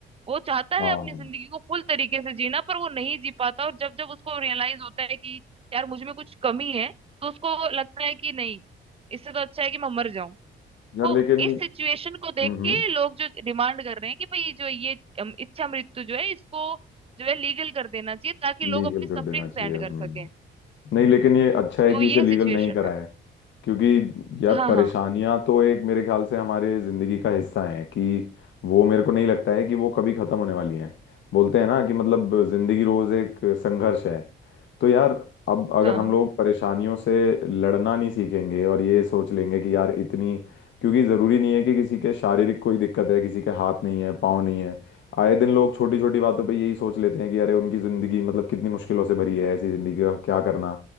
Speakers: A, on the right (about 30°); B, on the left (about 70°).
A: वो चाहता
B: हाँ
A: है अपनी जिंदगी को फुल तरीके से जीना पर वो नहीं जी पाता और जब जब उसको रियलाइज होता है कि यार मुझ में कुछ कमी है तो उसको लगता है कि नहीं इससे तो अच्छा है कि मैं मर जाऊं
B: यार
A: तो
B: लेकिन
A: इस सिचुएशन को देख
B: हम्म
A: के लोग जो डिमांड कर रहे हैं कि भाई जो ये अम, इच्छा मृत्यु जो है इसको जो है लीगल कर देना चाहिए ताकि लोग
B: लीगल
A: अपनी सफरिंग
B: कर देना चाहिए
A: एंड
B: हम्म
A: कर सकें
B: नहीं लेकिन ये अच्छा है
A: तो
B: कि
A: ये
B: इसे लीगल
A: सिचुएशन
B: नहीं कराया
A: है
B: क्योंकि यार
A: हाँ
B: परेशानियां
A: हाँ
B: तो एक मेरे ख्याल से हमारे जिंदगी का हिस्सा है कि वो मेरे को नहीं लगता है कि वो कभी खत्म होने वाली हैं बोलते हैं ना कि मतलब जिंदगी रोज एक संघर्ष है तो यार अब अगर
A: हाँ
B: हम
A: हाँ
B: लोग परेशानियों से लड़ना नहीं सीखेंगे और ये सोच लेंगे कि यार इतनी क्योंकि ज़रूरी नहीं है कि किसी के शारीरिक कोई दिक्कत है किसी के हाथ नहीं है पाँव नहीं है आए दिन लोग छोटी छोटी बातों पे यही सोच लेते हैं कि अरे उनकी ज़िंदगी मतलब कितनी मुश्किलों से भरी है ऐसी ज़िंदगी का क्या करना